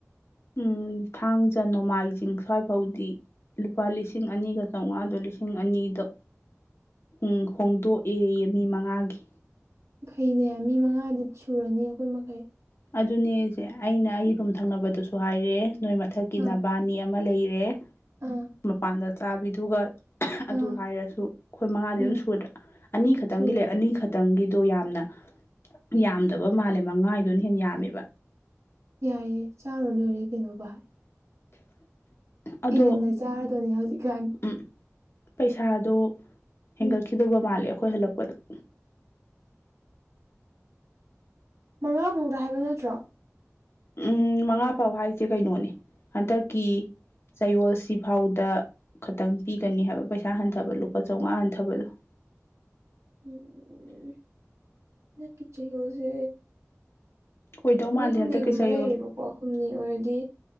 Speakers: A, on the left; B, on the right.
A: ꯎꯝ ꯊꯥꯡꯖ ꯅꯣꯡꯃꯥꯏꯖꯤꯡ ꯁ꯭ꯋꯥꯏꯐꯥꯎꯗꯤ ꯂꯨꯄꯥ ꯂꯤꯁꯤꯡ ꯑꯅꯤꯒ ꯆꯧꯉꯥꯗꯣ ꯂꯤꯁꯤꯡ ꯑꯅꯤꯗ ꯎꯝ ꯍꯣꯡꯗꯣꯛꯑꯦꯌꯦ ꯃꯤ ꯃꯉꯥꯒꯤ
B: ꯐꯩꯅꯦ ꯃꯤ ꯃꯉꯥꯗꯤ ꯁꯨꯔꯅꯤ ꯑꯩꯈꯣꯏ ꯃꯈꯩ
A: ꯑꯗꯨꯅꯦꯁꯦ ꯑꯩꯅ ꯑꯩ ꯔꯨꯝ ꯊꯪꯅꯕꯗꯨꯁꯨ ꯍꯥꯏꯔꯦ ꯅꯣꯏ ꯃꯊꯛꯀꯤ
B: ꯑꯥ
A: ꯅꯕꯥꯅꯤ ꯑꯃ ꯂꯩꯔꯦ
B: ꯑꯥ
A: ꯃꯄꯥꯟꯗ ꯆꯥꯕꯤꯗꯨꯒ ꯑꯗꯨ
B: ꯑꯥ
A: ꯍꯥꯏꯔꯁꯨ ꯑꯩꯈꯣꯏ ꯃꯉꯥꯗꯤ
B: ꯎꯝ
A: ꯑꯗꯨꯝ ꯁꯨꯗ꯭ꯔꯥ ꯑꯅꯤ ꯈꯛꯇꯪꯒꯤ
B: ꯁꯨꯔꯦ
A: ꯂꯩ ꯑꯅꯤꯈꯛ ꯈꯇꯪꯒꯤꯗꯣ ꯌꯥꯝꯅ ꯌꯥꯝꯗꯕ ꯃꯥꯜꯂꯦ ꯃꯉꯥꯥꯏꯗꯨꯅ ꯍꯦꯟꯅ ꯌꯥꯝꯃꯦꯕ
B: ꯌꯥꯏꯌꯦ ꯆꯥꯔꯨ ꯂꯣꯏꯔꯦ ꯀꯩꯅꯣ ꯚꯥꯏ
A: ꯑꯗꯣ
B: ꯏꯔꯟꯅ ꯆꯥꯔꯗꯣꯏꯅꯦ ꯍꯧꯖꯤꯛꯀꯥꯟ
A: ꯎꯝ ꯄꯩꯁꯥꯗꯣ ꯍꯦꯟꯒꯠꯈꯤꯗꯧꯕ
B: ꯎꯝ
A: ꯃꯥꯜꯂꯦ ꯑꯩꯈꯣꯏ ꯍꯜꯂꯛꯄꯗ
B: ꯃꯉꯥ ꯐꯥꯎꯗ ꯍꯥꯏꯕ ꯅꯠꯇ꯭ꯔꯣ
A: ꯎꯝ ꯃꯉꯥ ꯐꯥꯎ ꯍꯥꯏꯁꯦ ꯀꯩꯅꯣꯅꯦ ꯍꯟꯇꯛꯀꯤ ꯆꯌꯣꯜꯁꯤꯐꯥꯎꯗ ꯈꯇꯪ ꯄꯤꯒꯅꯤ ꯍꯥꯏꯕ ꯄꯩꯁꯥ ꯍꯟꯊꯕ ꯂꯨꯄꯥ ꯆꯧꯉꯥ ꯍꯟꯊꯕꯗꯣ
B: ꯎꯝ ꯍꯟꯗꯛꯀꯤ ꯆꯌꯣꯜꯁꯦ
A: ꯑꯣꯏꯗꯧ
B: ꯅꯨꯃꯤꯠ
A: ꯃꯥꯟꯗꯦ
B: ꯍꯨꯝꯅꯤꯒꯨꯝꯕ
A: ꯍꯟꯗꯛꯀꯤ ꯆꯌꯣꯜ
B: ꯂꯩꯔꯤꯕꯣ ꯄ ꯍꯨꯝꯅꯤ ꯑꯣꯏꯔꯗꯤ